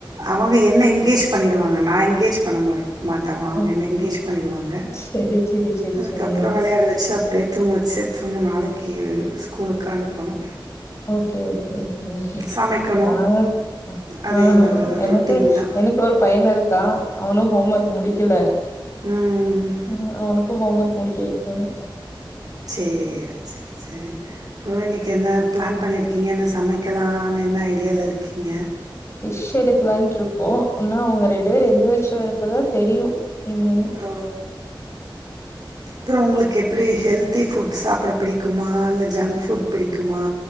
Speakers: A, on the right (about 50°); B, on the left (about 35°).
A: அவங்க என்ன எங்கேஜ் பண்ணிடுவாங்க நா எங்கேஜ் பண்ண மாரு மாட்டே அவ்ங்க அவ்ங்க
B: ஓ
A: என்ன எங்கேஜ் பண்ணிடுவாங்க
B: சரி, சரி, சரி,
A: அதுக்கப்ற
B: சரிங்க.
A: வெளையாட வச்சு அப்டியே தூங்க வச்சு திரும்ப நாளைக்கு ஸ் கூலுக்கு அனுப்பணு
B: ஓகே ஓகே ஓகே ஓகே
A: சமைக்கணும்.
B: நாங்க அ
A: அதே
B: ஆ ஹா
A: வேலை தான்
B: எனக்கு
A: ரொட்டீன்
B: என்
A: தான்.
B: எனக்கு ஒரு பையனு இருக்கா அவனு ஹோம் ஒர்க் முடிக்கல
A: ம்.
B: ஆ அவனுக் ஹோம் ஒர்க் முடிக்க வெக்கணு
A: சேரி சேர் சேரி ப்ரோ இன்னைக்கு என்ன பிளான் பண்ணிருக்கீங்க என்ன சமைக்கலானு என்ன ஐடியால இருக்கீங்க
B: ஃபிஷ் எடுக்கலான்ட்ருக்கோ ஒன்னா அவ்ங்க ரெண்டு பேரு எந்திரிச்சு வரப்பதா தெரியு என்னன்னு
A: ஓ அப்ற உங்களுக்கு எப்டி ஹெல்த்தி ஃபுட் சாப்ட பிடிக்குமா இல்ல ஜங்க் ஃபுட் பிடிக்குமா